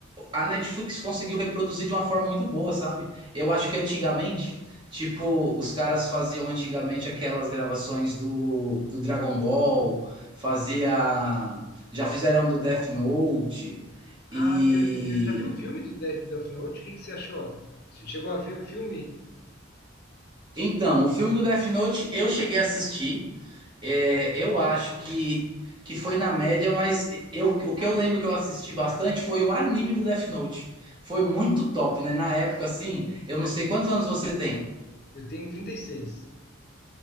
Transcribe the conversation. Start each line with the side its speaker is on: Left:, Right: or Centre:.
Right: a Netflix conseguiu reproduzir de uma forma muito boa, sabe? Eu acho que antigamente, tipo, os caras faziam antigamente aquelas gravações do, do Dragon Ball, fazia, já fizeram do Death Note
Left: Ah,
Right: e
Left: eu, eu já vi o filme do Death Death Note, o que que você achou? Che- Chegou a ver o filme?
Right: Então, o filme do Death Note eu cheguei a assistir. É, eu acho que, que foi na média, mas eu, o que eu lembro que eu assisti bastante foi o anime do Death Note. Foi muito top, né? Na época, assim, eu não sei quantos anos você tem.
Left: Eu tenho 36.